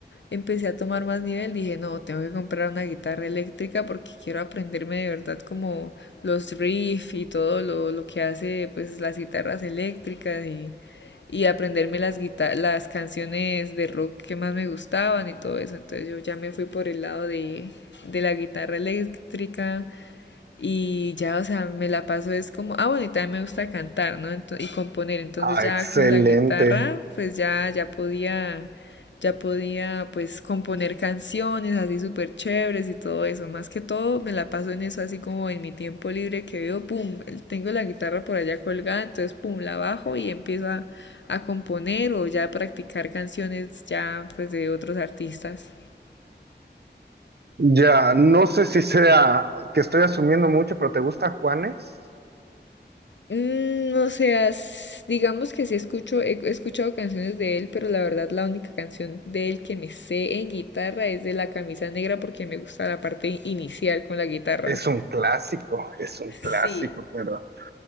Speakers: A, on the left; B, on the right.
A: empecé a tomar más nivel dije, no, tengo que comprar una guitarra eléctrica porque quiero aprenderme de verdad como los riffs y todo lo, lo que hace pues las guitarras eléctricas y, y aprenderme las guita- las canciones de rock que más me gustaban y todo eso, entonces yo ya me fui por el lado de, de la guitarra eléctrica. Y ya, o sea, me la paso es como, ah, bueno, y también me gusta cantar, ¿no? Ento- y componer. Entonces
B: Ah,
A: ya
B: excelente.
A: con la guitarra, pues ya, ya podía, ya podía, pues, componer canciones así súper chéveres y todo eso. Más que todo, me la paso en eso así como en mi tiempo libre que veo, pum, el- tengo la guitarra por allá colgada, entonces, pum, la bajo y empiezo a, a componer o ya a practicar canciones ya, pues, de otros artistas.
B: Ya, no sé si sea que estoy asumiendo mucho, pero ¿te gusta Juanes?
A: Mm, o sea, s- digamos que sí escucho, he, he escuchado canciones de él, pero la verdad la única canción de él que me sé en guitarra es de La Camisa Negra porque me gusta la parte inicial con la guitarra.
B: Es un clásico, es un clásico,
A: Sí,
B: pero